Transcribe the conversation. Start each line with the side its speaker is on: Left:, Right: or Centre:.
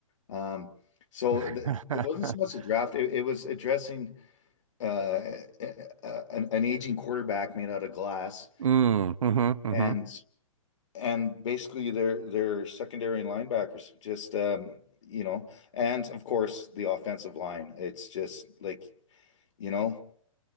Left: Um, so
Right: <laughs>
Left: th it wasn't so much a draft. It, it was addressing uh, a, a- an, an aging quarterback made out of glass
Right: Mm, mm-hmm, mm-hmm.
Left: and and basically they're they're secondary linebackers. Just um, you know, and of course the offensive line. It's just like, you know,